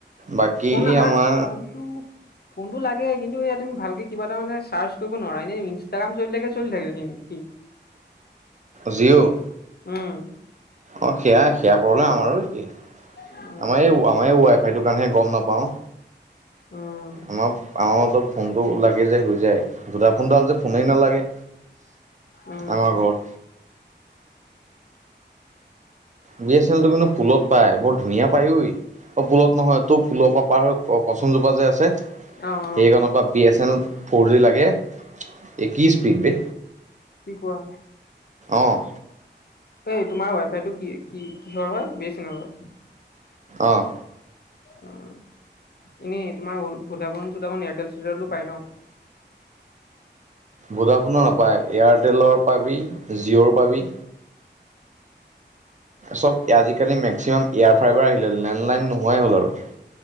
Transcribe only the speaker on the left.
ফোন
ফোনটো ফোনটো লাগে কিন্তু এয়া তুমি ভালকে কিবা এটা মানে চাৰ্চ কৰিব নোৱাৰা, এনে ইনষ্টাগ্ৰাম চলি থাকে, চলি থাকে কিন্তু সি।
উম।
উম
উম।
উম।
অ' অ'
কি কোৱা?
এই তোমাৰ ৱাইফাই টো কি কি কিহৰ হ'য়, বি এ চেনেলৰ।
অ' এনেই তোমাৰ ভুদাফোন চোদাফোন এয়াৰটেল চেয়াৰটেলত পাই ন?